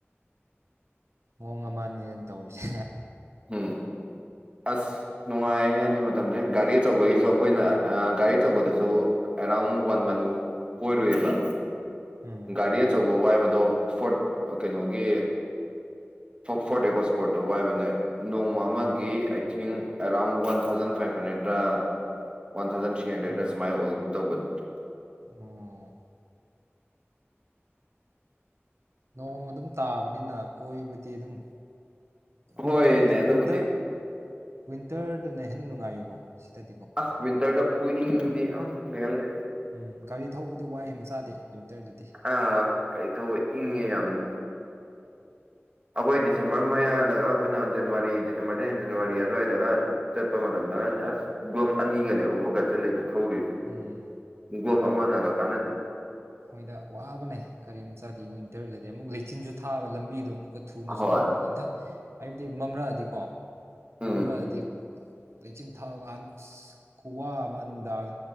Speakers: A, on the right; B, on the right.
A: ꯍꯣꯡ ꯑꯃꯅꯦ ꯇꯧꯔꯤꯁꯦ
B: ꯎꯝ ꯑꯁ ꯅꯨꯡꯉꯥꯏꯕꯥꯅꯤ ꯑꯗꯨꯏ ꯃꯇꯝꯗꯣ ꯒꯥꯔꯤ ꯑꯆꯧꯕꯒꯤꯁꯨ
A: ꯎꯝ
B: ꯑꯩꯈꯣꯏꯅ ꯒꯥꯔꯤ ꯑꯆꯧꯕꯗꯁꯨ ꯑꯦꯔꯥꯎꯟ ꯋꯥꯟ ꯃꯟ ꯀꯣꯏꯔꯨꯏꯑꯕ
A: ꯎꯝ
B: ꯒꯥꯔꯤ ꯑꯆꯧꯕ ꯋꯥꯏꯕ ꯑꯗꯣ ꯐꯣꯔꯠ ꯀꯩꯅꯣꯒꯤ ꯐꯣꯔꯠ ꯑꯦꯀꯣ ꯏꯁꯄꯣꯔꯠꯇꯣ ꯋꯥꯏꯕꯅꯦ ꯅꯣꯡꯃ ꯑꯃꯒꯤ
A: ꯑꯣ
B: ꯑꯥꯏꯊꯤꯡ around one thousand five hundred one thousand three hundred
A: ꯑꯣ
B: ꯁꯨꯃꯥꯏꯅ ꯑꯣꯏꯒꯨꯝ ꯇꯧꯕꯅꯤ
A: ꯑꯣ ꯅꯣꯡ ꯑꯗꯨꯝ ꯇꯥꯕꯅꯤꯅ ꯀꯣꯏꯕꯗꯤ ꯑꯗꯨꯝ
B: ꯍꯣꯏꯅꯦ
A: ꯏꯪꯊꯝꯇꯥ
B: ꯑꯗꯨꯕꯨꯗꯤ
A: ꯋꯤꯟꯇꯔ ꯋꯤꯟꯇꯔꯗꯅ ꯍꯦꯟꯅ ꯅꯨꯡꯉꯥꯏꯌꯦꯀꯣ ꯁꯤꯗ
B: ꯑꯁ ꯋꯟꯇꯔꯗ ꯈꯨꯨ ꯏꯪꯗꯤ ꯑ ꯂꯩꯔꯝꯗꯦ
A: ꯎꯝ ꯒꯥꯔꯤ ꯊꯧꯕꯗꯤ ꯋꯥꯏ ꯌꯥꯝꯅꯥ ꯆꯥꯗꯦ ꯋꯤꯟꯇꯔꯗꯗꯤ
B: ꯑꯥ ꯀꯩ ꯊꯧꯕ ꯏꯪꯉꯦ ꯌꯥꯝꯅ ꯑꯩꯈꯣꯏ ꯗꯤꯁꯦꯝꯕꯔ ꯃꯌꯥꯗꯒ ꯑꯩꯈꯣꯏꯅ ꯖꯅꯋꯥꯔꯤ ꯗꯤꯁꯦꯝꯕꯔꯗ ꯖꯅꯋꯥꯔꯤ ꯑꯗꯨꯋꯥꯏꯗꯒ ꯆꯠꯄ ꯃꯇꯝꯗꯒ ꯑꯁ ꯒ꯭ꯂꯣꯞ ꯑꯅꯤꯒꯅꯦ ꯎꯄꯀ ꯆꯠꯂꯨꯏꯗꯣ ꯊꯧꯔꯨꯏꯗꯣ
A: ꯎꯝ
B: ꯒꯂꯣꯞ ꯑꯃ ꯅꯒ ꯀꯅꯥꯗꯦ
A: ꯍꯣꯏꯗ ꯋꯥꯕꯅꯦ ꯀꯔꯤꯝꯆꯥꯗꯤ ꯋꯤꯟꯇꯔꯗꯗꯤ ꯑꯃꯨꯛ ꯂꯩꯆꯤꯟꯖꯨ ꯊꯥ ꯊꯥꯕ ꯂꯝꯕꯤꯗꯣ ꯑꯃꯨꯛ ꯈꯨꯠ ꯊꯨꯅꯁꯨ
B: ꯍꯣꯏ
A: ꯇꯧꯕ ꯏꯪꯊ ꯍꯥꯏꯕꯗꯤ ꯃꯝꯔꯥꯑꯗꯤꯀꯣ
B: ꯎꯝ
A: ꯃꯝꯔꯑꯗꯤ ꯂꯩꯆꯤꯟ ꯊꯥꯟ ꯑꯁ ꯈꯨꯋꯥ ꯑꯃ ꯅꯨꯡꯗꯥꯡ